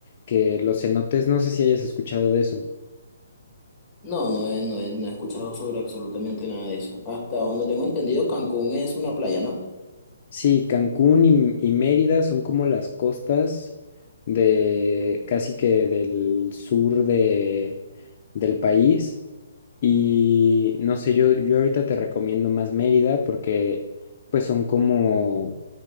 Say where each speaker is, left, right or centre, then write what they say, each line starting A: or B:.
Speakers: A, on the left; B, on the left.
A: que los cenotes, no sé si hayas escuchado de eso.
B: No, no he, no he, no he escuchado sobre absolutamente nada de eso. Hasta donde tengo entendido, Cancún es una playa, ¿no?
A: Sí, Cancún y, y Mérida son como las costas de casi que del sur de, del país. Y no sé, yo, yo ahorita te recomiendo más Mérida porque pues son como,